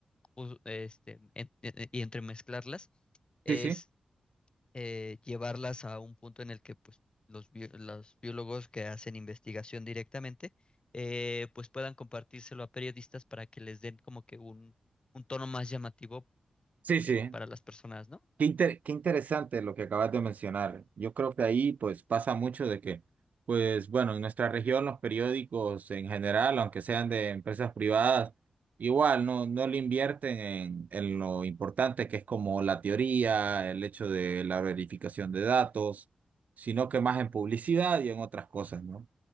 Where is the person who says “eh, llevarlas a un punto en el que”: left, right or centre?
Left